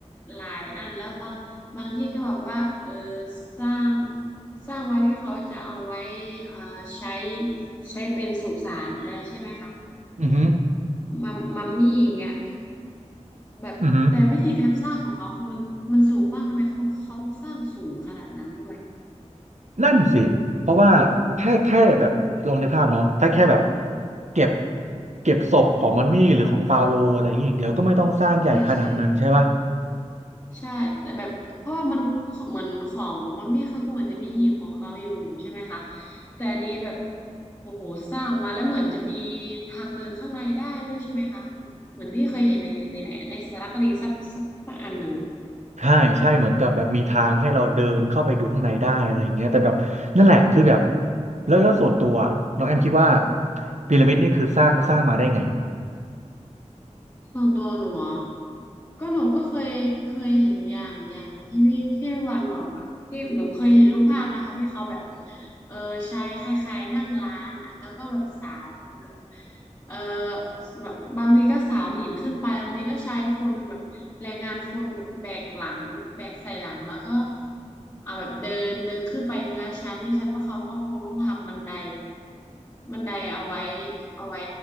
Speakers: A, on the left; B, on the right.
A: หลายอันแล้วบางบางที่ก็บอกว่าเออสร้างสร้างไว้ที่เขาจะเอาไว้เอ่อใช้ใช้เป็นสุสานอะไรใช่ไหมคะ
B: อือฮึ
A: มัมมัมมี่อย่างเงี้ยแบบแต่วิธีการสร้างของเขาคือมันมันสูงมากทำไมเขาต้องเขาต้องสร้างสูงขนาดนั้นด้วย
B: อือฮึนั่นสิเพราะว่าแค่แค่แบบลองในกภาพเนาะถ้าแค่แบบเก็บเก็บศพของมันมี่หรือของฟาโรห์อะไรอย่างเงี้ยอย่างเดียวก็ไม่ต้องสร้างใหญ่ขนาดนั้นใช่ปะ
A: ใช่ใช่ ใช่แต่แบบเพราะว่ามันของเหมือนของมัมมี่เขาก็เหมือนจะมีหีบของเขาอยู่ใช่ไหมคะแต่อันนี้แบบโอ้โหสร้างมาแล้วเหมือนจะมีทางเดินข้างในได้ด้วยใช่ไหมคะเหมือนที่เคยเห็นในในไหนในสารคดีสักสักสักอันหนึ่งอะ
B: ใช่ใช่เหมือนกับแบบมีทางให้เราเดินเข้าไปดูข้างในได้อะไรอย่างเงี้ยแต่แบบนั่นแหละคือแบบ
A: โอ้โห
B: แล้วแล้วส่วนตัวน้องแอมคิดว่าพีระมิดนี่คือสร้างสร้างมาได้ไง
A: ส่วนตัวหนูอะ ก็หนูก็เคยเคยเห็นอย่างอย่างที่พี่ที่พี่วันบอกอ่ะที่หนูเคยเห็นรูปภาพนะคะที่เขาแบบเออใช้คล้ายๆนั่งร้านอ่ะแล้วก็แบบสาวแบบเออแบบบางทีก็สาวหินขึ้นไปบางทีก็ใช้คนแบบแรงงานคนแบบแบกหลังแบกใส่หลังแล้วก็เอาแบบเดินเดินขึ้นไปทีละชั้นที่ชั้นว่าเขาก็คงต้องทำบันไดบันไดเอาไว้เอาไว้